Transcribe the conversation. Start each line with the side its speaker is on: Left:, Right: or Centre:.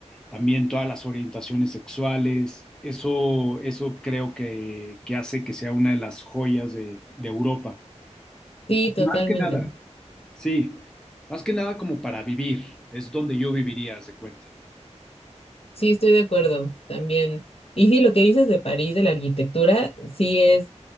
Centre: también todas las orientaciones sexuales. Eso, eso creo que, que hace que sea una de las joyas de, de Europa.
Left: Sí, totalmente.
Centre: Más que nada, sí, más que nada como para vivir, es donde yo viviría, haz de cuenta.
Left: Sí, estoy de acuerdo también. Y sí, lo que dices de París, de la arquitectura, sí es